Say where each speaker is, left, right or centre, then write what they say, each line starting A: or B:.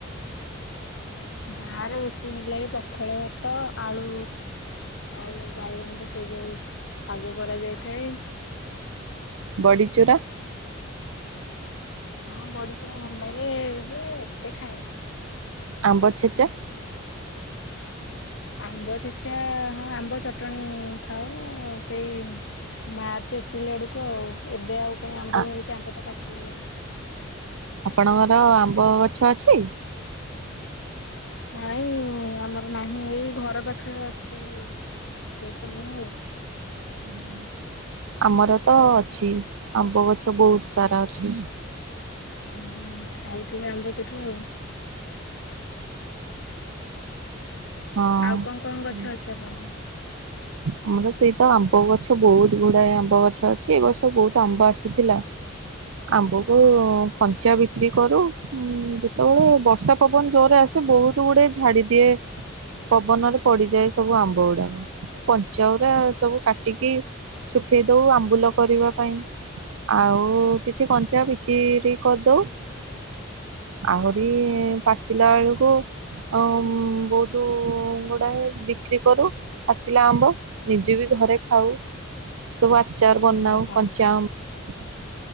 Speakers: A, on the left; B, on the right.
A: ଗାଁରେ ବେଶୀ ଭଲ ଲାଗେ ପଖାଳ ଭାତ ଆଳୁ ଆଉ ବାଇଗଣର ସେଇ ଯୋଉ ପାଗ କରାଯାଇଥାଏ।
B: ବଡ଼ିଚୁରା?
A: ହଁ ବଡ଼ିଚୁରା ଭଲ ଲାଗେ ଯେ ଏତେ ଖାଏନି।
B: ଆମ୍ବ ଛେଚା?
A: ଆମ୍ବ ଛେଚା ହଁ ଆମ୍ବ ଚଟଣି ଖାଉ ସେଇ ମାର୍ଚ୍ଚ ଏପ୍ରିଲ୍ ଆଡ଼ୁକୁ ଆଉ ଏବେ ଆଉ କାଇଁ ଆମ୍ବ
B: ଆ
A: ମିଳୁଚି ଆମ୍ବ ତ ପାଚିଗଲାଣି।
B: ଆପଣଙ୍କର ଆମ୍ବ ଗଛ ଅଛି?
A: ନାଇଁ ଆମର ନାହିଁ ଏଇ ଘର ପାଖରେ ଅଛନ୍ତି। ସେଇଠୁ ଆଣିମୁ।
B: ହୁଁ ଆମର ତ ଅଛି ଆମ୍ବ ଗଛ ବହୁତ ସାରା ଅଛି।
A: ହୁଁ ଖାଉଥିବେ ଆମ୍ବ ସେଠୁ ଆଉ।
B: ହଁ।
A: ଆଉ କଣ କଣ
B: ହୁଁ।
A: ଗଛ ଅଛି ଆପଣଙ୍କର?
B: ଆମର ସେଇତ ଆମ୍ବ ଗଛ ବହୁତ ଗୁଡାଏ ଆମ୍ବ ଗଛ ଅଛି ଏ ବର୍ଷ ବହୁତ ଆମ୍ବ ଆସିଥିଲା। ଆମ୍ୱକୁ ଖଞ୍ଚା ବିକ୍ରି କରୁ ଉ ଯେତେବେଳେ ବର୍ଷା ପବନ ଜୋରେ ଆସେ ବହୁତ ଗୁଡେ ଝାଡି ଦିଏ। ପବନରେ ପଡିଯାଏ ସବୁ ଆମ୍ବ ଗୁଡାକ। କଞ୍ଚାଉରା ସବୁ କାଟିକି ଶୁଖେଇ ଦଉ ଆମ୍ବୁଲ କରିବା ପାଇଁ। ଆଉ କିଛି କଞ୍ଚା ବିକିରି କରଦଉ। ଆହୁରି ପାଚିଲା ବେଳକୁ ଅ ବହୁତ ଗୁଡାଏ ପି ବିକ୍ରି କରୁ ପାଚିଲା ଆମ୍ବ ନିଜେ ବି ଘରେ ଖାଉ ସବୁ ଆଚାର ବନାଉ
A: ଓହୋ।
B: କଞ୍ଚାଆମ୍ଵ